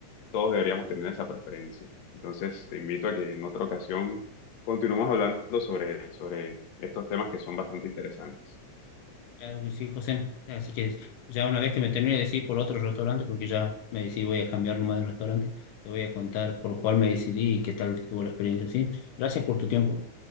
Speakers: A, on the left (about 65°); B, on the left (about 80°).
A: todos deberíamos tener esa preferencia. Entonces, te invito a que en otra ocasión continuemos hablando sobre, sobre estos temas que son bastante interesantes.
B: Claro que sí, José. Así que ya una vez que me termine de decir por otro restaurante, porque ya me decidí voy a cambiar nomás de restaurante, te voy a contar por cuál me decidí y qué tal estuvo la experiencia, ¿sí? Gracias por tu tiempo.